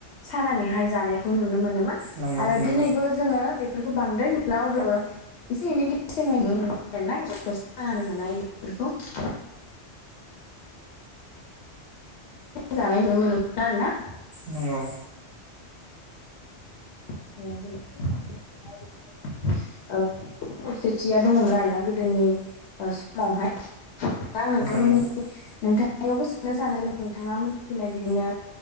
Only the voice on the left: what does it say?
सानानैहाय जानायखौ नुनो मोनोमोन।
आरो
दिनैबो जोङो बेफोरखौ बांद्राय नुला अब्लाबो एसे एनै गेसेङै नुनो मोनो। <unintelligible> <unintelligible> जानाय नुनो मोनोमोन आरो ना <unintelligible>
<inaudible> <unintelligible> बायदि-बायदि खौसेथिया दङमोन आरोना गोदोनि समावहाय दा नोंथांमोननि
नोंथांनिआवबो साननो सानो जे नोंथाङा मिथिनाय बिदिनो